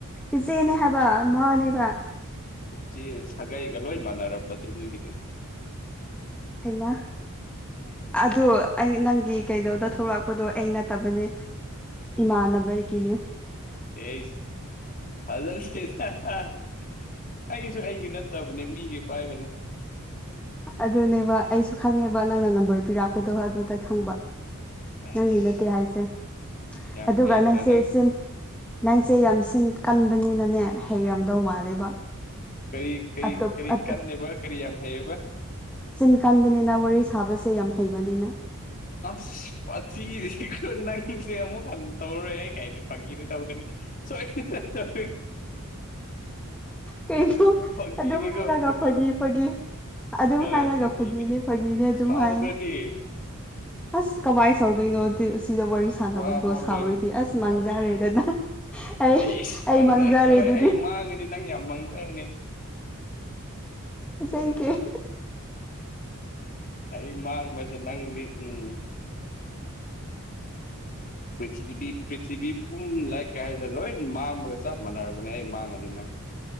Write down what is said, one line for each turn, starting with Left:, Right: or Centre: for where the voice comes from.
Centre: ꯏꯆꯦꯅꯦ ꯍꯥꯏꯕ ꯃꯥꯅꯦꯕ
Left: ꯎꯆꯦ ꯁꯥꯒꯩꯒ ꯂꯣꯏ ꯃꯥꯟꯅꯔꯝꯕ ꯑꯗꯨ ꯑꯗꯨꯒꯤꯅꯦ
Centre: ꯍꯃ ꯑꯗ ꯑꯩ ꯅꯪꯒꯤ ꯀꯩꯅꯣꯗ ꯊꯣꯛꯂꯛꯄꯗꯣ ꯑꯩ ꯅꯠꯇꯕꯅꯦ ꯏꯃꯥꯟꯅꯕꯕꯔ ꯀꯅꯦ
Left: ꯀꯁ ꯐꯖꯛꯁꯤ ꯑꯩꯁꯨ ꯑꯩꯒꯤ ꯅꯠꯇꯕꯅꯦ ꯃꯤꯒꯤ ꯄꯥꯏꯕꯅꯦ
Centre: ꯑꯗꯨꯅꯦꯕ ꯑꯩꯁꯨ ꯈꯪꯉꯦꯕ ꯅꯪꯅ ꯅꯝꯕꯔ ꯄꯤꯔꯛꯄꯗꯣ ꯑꯗꯨꯗ ꯈꯪꯕ
Left: ꯑꯩꯁ
Centre: ꯅꯪꯗꯤ ꯅꯠꯇꯦ ꯍꯥꯏꯁꯦ
Left: ꯌꯥꯝ
Centre: ꯑꯗꯨꯒ
Left: ꯍꯩꯗ꯭ꯔꯥ
Centre: ꯅꯪꯁꯦ ꯁꯤꯟ ꯅꯪꯁꯦ ꯌꯥꯝ ꯁꯤꯟ ꯀꯟꯕꯅꯤꯅꯅꯦ ꯍꯩꯔꯝꯗꯧ ꯃꯥꯜꯂꯦꯕ
Left: ꯀꯩ ꯀꯩ
Centre: ꯑꯇꯣꯞ
Left: ꯀꯔꯤ
Centre: ꯑꯇꯣꯞ
Left: ꯀꯟꯂꯦꯕ ꯀꯔꯤ ꯌꯥꯝ ꯍꯩꯌꯦꯕ
Centre: ꯆꯤꯟ ꯀꯟꯕꯅꯤꯅ ꯋꯥꯔꯤ ꯁꯥꯕꯁꯦ ꯌꯥꯝ ꯍꯩꯕꯅꯤꯅ
Left: ꯑꯁ ꯋꯥꯊꯗꯤꯀꯣ ꯅꯪꯁꯦ ꯑꯃꯨꯛ ꯍꯟꯅ ꯇꯧꯔꯛꯑꯦ ꯀꯥꯏꯅ ꯐꯥꯒꯤ <unintelligible> ꯇꯧꯒꯅꯤ ꯁꯣꯏ <unintelligible>
Centre: ꯀꯩꯅꯣ
Left: ꯐꯥꯒꯤꯅꯤꯀꯣ
Centre: ꯑꯗꯨꯝ ꯍꯥꯏꯔꯒ
Left: ꯐꯥꯒꯤꯅꯤ
Centre: ꯐꯒꯤ ꯐꯒꯤ ꯑꯗꯨꯝ
Left: ꯑ
Centre: ꯍꯥꯏꯔꯒ
Left: ꯐꯥꯒꯤꯅꯤ
Centre: ꯐꯥꯒꯤꯅꯦ ꯐꯥꯒꯤꯅꯦ ꯑꯗꯨꯝ
Left: ꯁꯥꯎꯈ꯭ꯔꯗꯤ
Centre: ꯍꯥꯏ ꯑꯁ ꯀꯃꯥꯏꯅ ꯁꯧꯗꯣꯏꯅꯣ ꯁꯤꯗ ꯋꯥꯔꯤ ꯁꯥꯟꯅꯕꯕꯨꯣꯠ
Left: ꯋꯥꯐꯥꯎ
Centre: ꯁꯥꯎꯔꯤꯗꯤ
Left: ꯂꯣꯏ
Centre: ꯑꯁ ꯃꯥꯡꯖꯔꯦꯗꯅ
Left: ꯋꯥ
Centre: ꯑꯩ
Left: ꯑꯦꯁ
Centre: ꯑꯩ ꯃꯥꯡꯖꯔꯦ
Left: ꯍꯣꯏ
Centre: ꯑꯗꯨꯗꯤ
Left: ꯑꯩ ꯃꯥꯡꯉꯗꯤ ꯅꯪ ꯌꯥꯝꯃꯥꯡ ꯆꯅꯦ
Centre: ꯊꯦꯡꯀꯤ꯭ꯌꯨ
Left: ꯑꯩ ꯃꯥꯡꯕꯁꯦ ꯅꯪꯗꯤ ꯎꯝ
Centre: <inaudible>
Left: ꯄ꯭ꯔꯤꯊꯤꯕꯤ ꯄ꯭ꯔꯤꯊꯤꯕꯤ ꯄꯨꯝ ꯂꯥꯏꯔꯤꯛ ꯀꯥꯏ ꯍꯥꯏꯔꯁꯤ ꯂꯣꯏ ꯃꯥꯡꯕꯒ ꯆꯞ ꯃꯥꯟꯅꯔꯕꯅꯦ ꯑꯩ ꯃꯥꯡꯉꯗꯤ ꯅꯪ